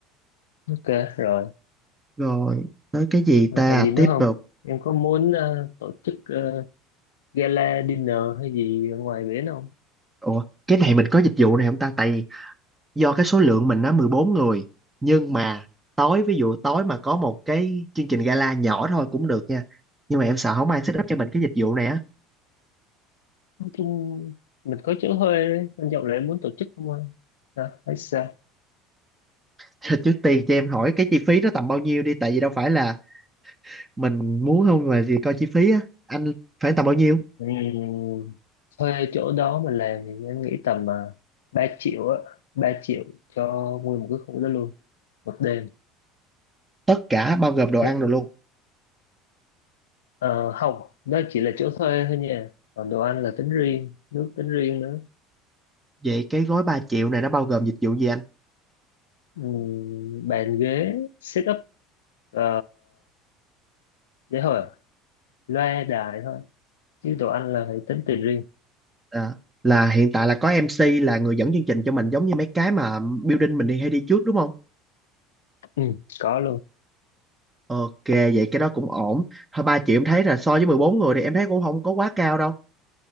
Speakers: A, on the left; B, on the right.
A: Ok rồi,
B: rồi tới cái gì ta
A: còn gì nữa
B: tiếp
A: không?
B: tục
A: Em có muốn ờ, tổ chức ờ, gala dinner hay gì ở ngoài biển không?
B: ủa cái này mình có dịch vụ này không ta tại vì do cái số lượng mình nó mười bốn người nhưng mà tối ví dụ tối mà có một cái chương trình gala nhỏ thôi cũng được nha nhưng mà em sợ không ai set up cho mình cái dịch vụ này á
A: chung mình có chỗ thuê đấy. anh Trọng lại muốn tổ chức không anh Hả? hay sao
B: Thì trước tiên cho em hỏi cái chi phí nó tầm bao nhiêu đi tại vì đâu phải là mình muốn không mà gì coi chi phí á anh phải tầm bao nhiêu
A: ừ. thuê chỗ đó mà làm thì anh nghĩ tầm uh, 3 triệu á 3 triệu cho nguyên một cái khu đó luôn một đêm
B: tất cả bao gồm đồ
A: Đấy.
B: ăn rồi luôn
A: Ờ, không đó chỉ là chỗ thuê thôi nha còn đồ ăn là tính riêng nước tính riêng nữa
B: vậy cái gói 3 triệu này nó bao gồm dịch vụ gì anh
A: ừ. bàn ghế setup uh, để thôi loa đài thôi chứ đồ ăn là phải tính tiền riêng
B: à, là hiện tại là có MC là người dẫn chương trình cho mình giống như mấy cái mà building mình đi hay đi trước đúng không
A: ừ, có
B: ok vậy cái đó cũng ổn thôi 3 triệu em thấy là so với 14 người thì em thấy cũng không có quá cao đâu